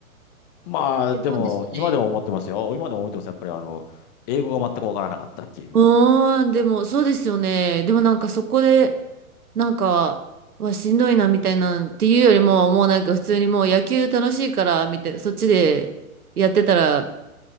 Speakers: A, on the left; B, on the right.
A: まあでも今でも思ってますよ。
B: 出たんですね。
A: 今でも思ってます。やっぱりあの、英語が全くわからなかったっていう。
B: うーん、でもそうですよね。でもなんかそこで、なんか、はしんどいなみたいなんっていうよりも、もうなんか普通にもう野球楽しいから、みたいな、そっちでやってたら